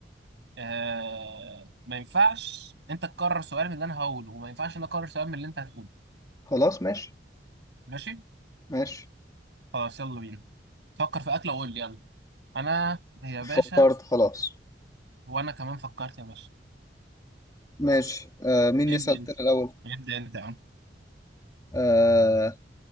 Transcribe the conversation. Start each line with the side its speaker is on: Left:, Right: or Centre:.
Right: آه... ما ينفعش انت تكرر سؤال من اللي انا هقوله وما ينفعش انا اكرر سؤال من اللي انت هتقوله
Left: خلاص ماشي
Right: ماشي
Left: ماشي
Right: خلاص يلا بينا فكر في اكله وقول لي يلا انا يا باشا
Left: فكرت خلاص
Right: وانا كمان فكرت يا باشا
Left: ماشي آه مين
Right: ابدا
Left: يسأل
Right: انت
Left: تاني الأول
Right: ابدا انت يا عم
Left: آه